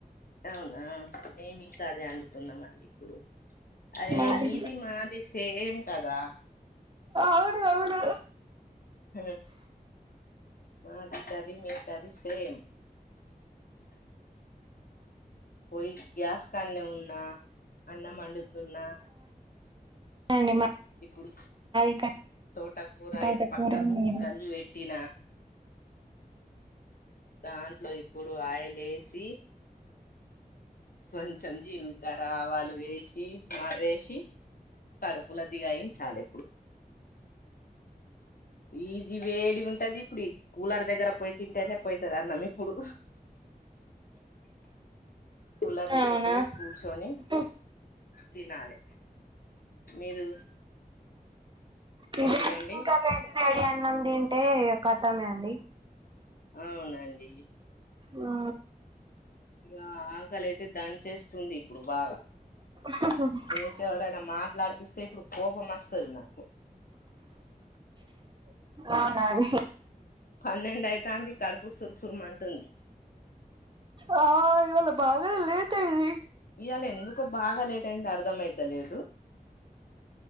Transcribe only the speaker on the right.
మాది
అవును అవును
అవునండి మాది
ఇక్కడ
తోటకూర
నేను
అవునా
ఈ
ఈ
వేడికి ఇంకా వేడి వేడి అన్నాం తింటే ఖతమే అండి
ఆ
హహ
అవునా అండి
ఆ ఇవాళ బాగానే లేట్ అయింది